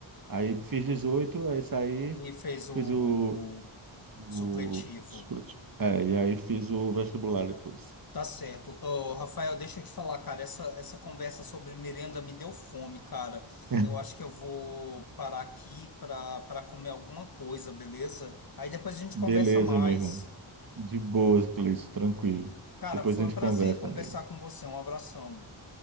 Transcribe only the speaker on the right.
Aí fiz 18, aí saí,
fiz
o,
o...
É, e aí fiz o vestibular depois.
<laughs>
Beleza,
meu irmão. De boas, Cleice, tranquilo.
Depois
a gente
conversa,
amigo.